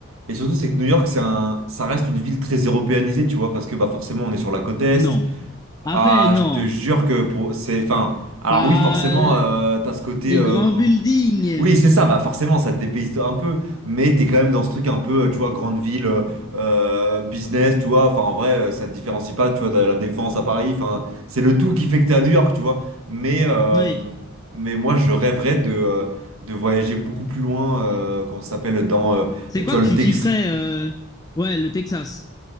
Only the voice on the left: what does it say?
Non. Après,
non.
Bah,
les
grands
buildings.
Oui.
C'est
quoi
que
tu
kifferais euh, Ouais, le Texas.